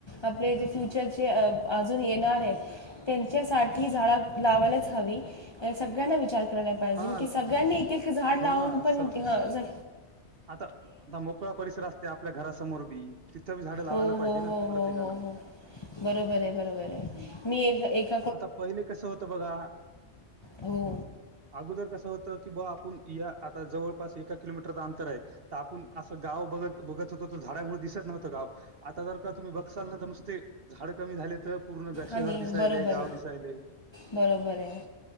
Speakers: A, on the left; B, on the right.
A: आपले जे फ्युचरचे अजून ये णार आहेत, त्यांच्यासाठी झाडं लावायलाच हवी. सगळ्यांना विचार करायला पाहिजे
B: हा
A: कि सगळ्यांनी एक एक झाड लावून
B: हो ना
A: पण
B: सर
A: ह जर
B: आता आता मोकळा परिसर असते आपल्या घरासमोर बी.. तिथं बी झाडं लावायला
A: हो
B: पाहिजे
A: हो
B: ना
A: हो
B: प्रत्येकानं.
A: हो हो हो बरोबर आहे बरोबर आहे मी एक एक..
B: आता पहिले कसं होत बघा,
A: हो
B: अगोदर कसं होतं की बा आपुण... या आता जवळपास एका किलोमीटरचा अंतर आहे तर आपुण असं गाव बघत बघत होतो तर झाडामुळे दिसत... नव्हतं गाव. आता जर का तुम्ही बघसाल ना तर नुसते झाड कमी झालेतं पूर्ण शहर
A: आणि
B: दिसायले.
A: बरोबर
B: गाव दिसायले.
A: बरोबर आहे